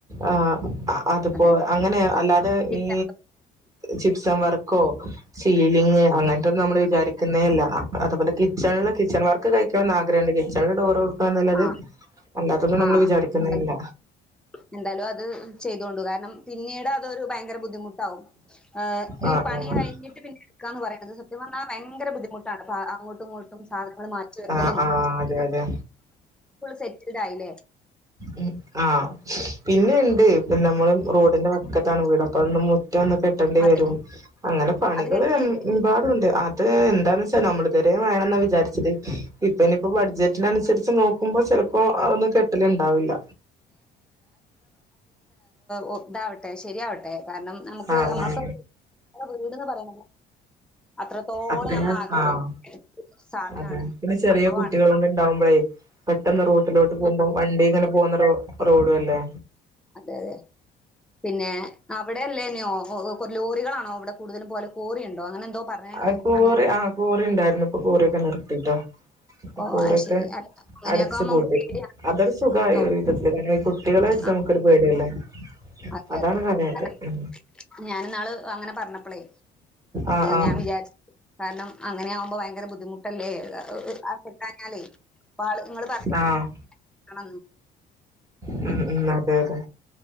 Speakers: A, on the right; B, in the centre.
A: ആ അ അതിപ്പോ
B: അതെ
A: അങ്ങനെ അല്ലാതെ
B: കിച്ചൺ
A: ഈ ചിപ്സം വർക്കോ സീലിങ് അങ്ങനത്തെ നമ്മള് വിചാരിക്ക തന്നേയല്ല അതും കിച്ചണില് കിച്ചൺ വർക്ക് കഴിക്കണണം ആഗ്രഹുണ്ട് ചെല ഡോറ് തുറക്കന്നല്ലാതെ
B: ആഹ്
A: അല്ലാത്തതൊന്നും
B: ആഹ്
A: നമ്മള് വിചാരിക്കുന്നില്ല
B: എന്തായാലും എന്തായാലും അത് ചെയ്തോണ്ടു കാരണം പിന്നീട് അതൊരു ഭയങ്കര ബുദ്ധിമുട്ടാാവും മ്
A: ആ
B: ഈ
A: ആ
B: പണി കഴിഞ്ഞിട്ട് പിന്നെ എടുക്കാന്ന് പറയുന്നത് സത്യം പറഞ്ഞാൽ ഭയങ്കര ബുദ്ധിമുട്ടാണ് അങ്ങോട്ട് അങ്ങേട്ടും ഇങ്ങോട്ടും സാധനങ്ങൾ മാറ്റി വെക്കലും
A: ആ ആ അതെ അതെ
B: സെറ്റിൽഡ് ആയില്ലേ
A: ഉം ആഹ് പിന്നെ ഉണ്ട് പിന്നെ നമ്മള് റോഡിന്റെ പക്കത്താണ് വീടപ്പം മു <unintelligible> കെട്ടേണ്ടി
B: അത്
A: വരും അങ്ങനെ പണികൾമ്പാടുണ്ട്
B: അത് കെട്ടുന്നില്ലേ
A: അത് എന്താന്ന് വെച്ചാ നമ്മള് വേണന്ന വിചാരിച്ചത് ഇപ്പനി ബഡ്ജറ്റിനനുസരിച്ച് നോ ക്കുമ്പോ ചെലപ്പോ അതൊന്നും കെട്ട്ല്ണ്ടാവില്ല
B: ഓ ഇതാവട്ടെ ശരിയാവട്ടെ കാരണം നമുക്ക്
A: ആഹ്
B: നമ്മൾക്ക വീട്ന്ന് പറയ അത്രത്തോളം
A: അതെ
B: നമ്മൾ ആഗ്രഹിക്ക
A: ആഹ്
B: സാധനമാണ്
A: അതെ പിന്നെ ചെറിയ
B: സംഭവമാണ്
A: കുട്ടികളോണ്ട് ഇണ്ടാവുമ്പളേ പെട്ടെന്ന് റോട്ടിലോട്ട് പോകുമ്പോ വണ്ടി ഇങ്ങനെ പോകുന്ന റോ റോഡ് ക്കുല്ലേ.
B: അതെ അതെ പിന്നെ അവിടെയല്ലേന്നെയോ കൊറ ലോറികളാണോ അവിടെ കൂടുതലും പോലെ കോറി ഉണ്ടോ അങ്ങനെ എന്തോ പറഞ്ഞാണ്
A: ആ
B: കേട്ടിരുന്നു
A: കോറി ആഹ കോറി ഉണ്ടായിരുന്നു ഇപ്പൊ കോറൊക്കെ നിർത്തിട്ടോ
B: ഓ
A: കൊറിയൊക്കെ
B: അത് ശരി അല്ല അങ്ങനെയൊക്കെ
A: അടച്ച്പൂട്ടി
B: ആകുമ്പോ നമുക്ക് പേടിയാണ്
A: അതൊരു സുഖയി
B: ഓ
A: ഒരു വിധത്തില് കുട്ടികളെ വെച്ച്
B: ആ
A: നമുക്കൊരു പേടിയല്ലേ
B: അതെ
A: അതാണ്
B: അതെ
A: കാര്യായിട്ട്
B: കാരണം
A: ഉം
B: ഞാൻ ഇന്നാൾ അങ്ങനെ പറഞ്ഞപ്പോളെ
A: ആഹ് ആഹ്
B: ഞാൻ രാജ കാരണം അങ്ങനെ ആവുമ്പോ ഭയങ്കര ബുദ്ധിമുട്ടല്ലേ <unintelligible> ആളെ നിങ്ങള് പറഞ്ഞ.
A: ആഹ്
B: <inaudible>
A: ഉം ഉം അതെയതെ.